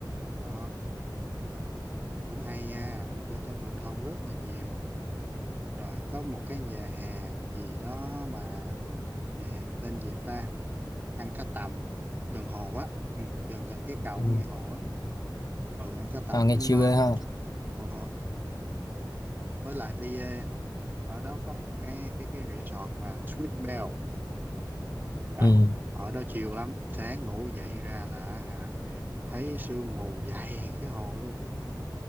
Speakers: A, on the right; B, on the left.
A: À, cũng hay nha, vô trong truyền thông rất là nhiều. Rồi có một cái nhà hàng gì đó mà nhà hàng tên gì ta? Ăn cá tầm gần hồ á, ừ, gần gần cái cầu
B: ừ.
A: của nghe hồ á. Ừ, ăn cá tầm
B: À, nghe
A: cũng
B: chill
A: ngon.
B: ghê ha.
A: Ờ, với lại đi eh, ở đó có một cái cái cái resort mà Sweet Bell. Rồi.
B: Ừ.
A: Ở đó chiều lắm, sáng ngủ dậy ra là hả, thấy sương mù dày cái hồ